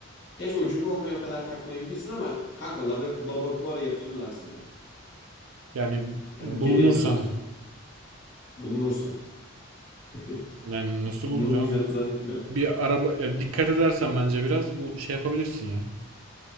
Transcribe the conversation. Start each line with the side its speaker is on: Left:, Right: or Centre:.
Left: gerçi ucube olmayı o kadar takmayabilirsin ama kanka labo- laboratuvara yatırırlar seni.
Right: Yani
Left: Yani
Right: bulunursan
Left: geri yatırırlar. Bulunursun. <laughs>
Right: yani nasıl
Left: Bulunmayacağını
Right: bulunacaksın oğlum?
Left: zannetmiyorum.
Right: Bir araba ya dikkat edersen bence biraz bu şey yapabilirsin ya.